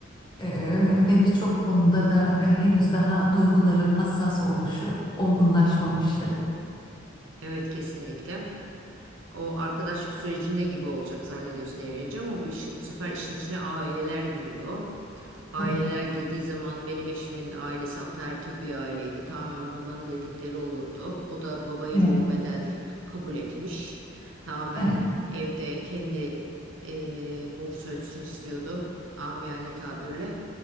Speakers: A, on the left; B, on the right.
A: eee, ve birçok konuda da e, henüz daha duyguların hassas oluşu, olgunlaşmamışlık.
B: Evet kesinlikle. O arkadaşlık sürecinde gibi olacak zannediyorsun evlenince ama bu, iş, bu sefer işin içine aileler giriyor. Aileler
A: Evet.
B: girdiği zaman benim eşimin ailesi ataerkil bir aileydi. Tamamen babanın dedikleri olurdu. O da babayı
A: Evet.
B: rol model kabul etmiş. Tamamen
A: Evet.
B: evde kendi e, borusu ötsün istiyordu. Amiyane tabirle.